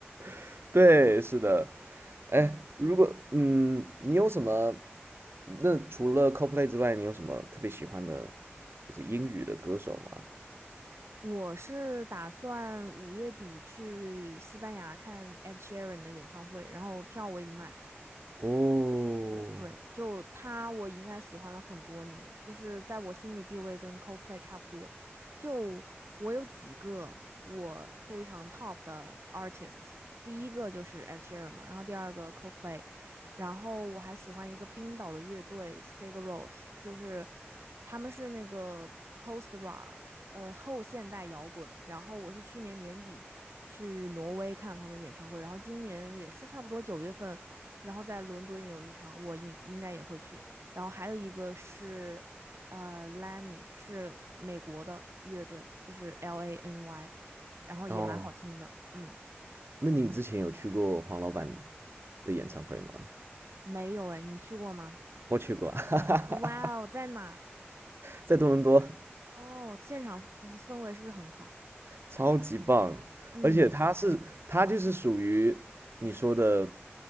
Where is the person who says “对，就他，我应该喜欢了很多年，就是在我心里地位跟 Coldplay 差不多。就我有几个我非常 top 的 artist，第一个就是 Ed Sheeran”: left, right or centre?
Right